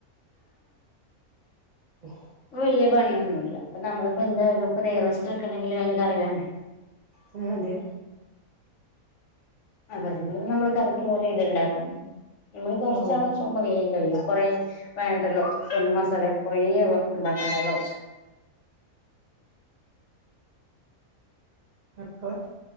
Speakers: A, on the right; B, on the left.
A: ഉം
B: വെല്യ പണിയൊന്നുല ഇപ്പള് നമ്മളിപ്പോ എന്തായാലും ഇ നേറോസ്റ്റ് വെക്കണമെങ്കിലും അയ്ന് കറിവേണ്ടേ
A: അഹ് അതെ
B: അപതിന നമ്മൾ കറിക്കരെ ഇത്ണ്ടാക്കുന്നു നമ്മള് കൊറച്ചാളാവുമ്പ
A: ഓ
B: വേൻ കഴിയും. കൊറെ വേണ്ടല്ലോ എണ്ട് മസാല കൊറേണ്ടാക്കണ്ടല്ലോ
A: അപ്പോ